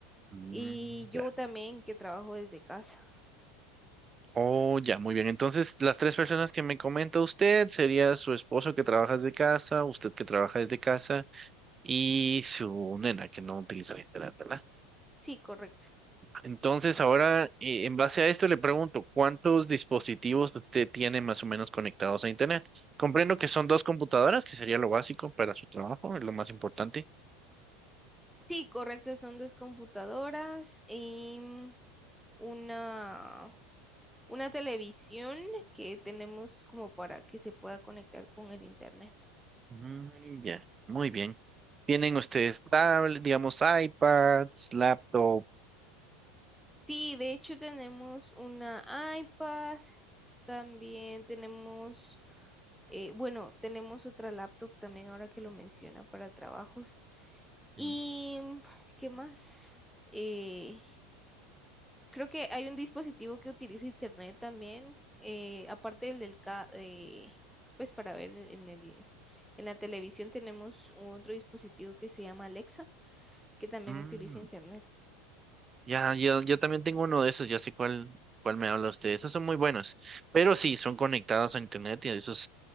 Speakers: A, on the right; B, in the centre.
A: Mm,
B: y yo
A: ya.
B: también que trabajo desde casa.
A: Oh, ya, muy bien. Entonces, las tres personas que me comenta usted sería su esposo que trabaja desde casa, usted que trabaja desde casa y su nena que no utiliza el Internet, ¿verdad?
B: Sí, correcto.
A: Entonces, ahora, eh, en base a esto, le pregunto, ¿cuántos dispositivos usted tiene más o menos conectados a Internet? Comprendo que son dos computadoras, que sería lo básico para su trabajo, es lo más importante.
B: Sí, correcto, son dos computadoras y una, una televisión que tenemos como para que se pueda conectar con el internet.
A: Mm, ya, muy bien. ¿Tienen ustedes tablet, digamos, iPads, laptop?
B: Sí, de hecho tenemos una iPad, también tenemos, eh, bueno, tenemos otra laptop también ahora que lo menciona para trabajos. ¿Y
A: Mm,
B: qué más? Eh, Creo que hay un dispositivo que utiliza internet también, eh, aparte del del ca- eh, pues para ver en en el, en la televisión tenemos otro dispositivo que se llama Alexa, que también
A: mm.
B: utiliza internet.
A: ya, yo, yo también tengo uno de esos, ya sé cuál, cuál me habla usted. Esos son muy buenos, pero sí, son conectados a Internet y esos